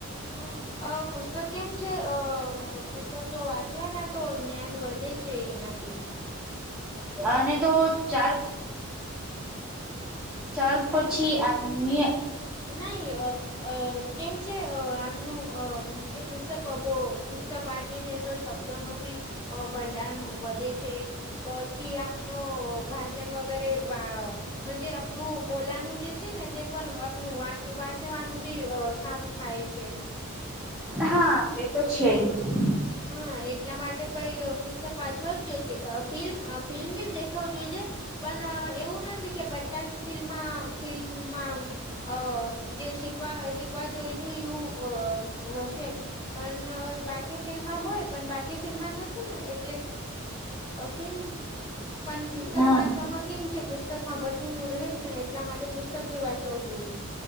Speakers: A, on the left (about 20°); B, in the centre.
A: હા અ પુસ્તક કેમ છે અ પુસ્તક જો વાંચવાના તો જ્ઞાન વધે છે એનાથી
B: અને તો ચાલ ચાલ પછી આગ્નિ
A: નાહી અ અ કેમ છે આપનું પુસ્તક કો પુસ્તક વા વચે છે તો શબ્દો ન ભી ભંડાર વધે છે પછી આપનું ભાષણ વગેરે વા જ આપનું બોલાનું જે છે ને તે પણ નું વાચ વાંચવાનું બી સારું થાય છે
B: હા તે તો છે જ
A: હા એટલા માટે પ પત પાછવા જ જો છે ફિલ્મ ફિલ્મ બ દખાવ જોઈ છે પણ એવું નથી કે બટા જ ફિલ્મમાં ફિલ્મમાં અ જે શીખવા શીખવા જોઈ જોઈ એવું હશે પણ બાકી ફિલ્મ માં હોય પણ બાકી ફિલ્મમાં નથી એટલે ફિલ્મ પણ પુસ્તક
B: હા
A: વાંચવામાં કેમ છે પુસ્તક માં બધુ રહે ને એટલા માટે પુસ્તક બી વાંચવું જોઈએ.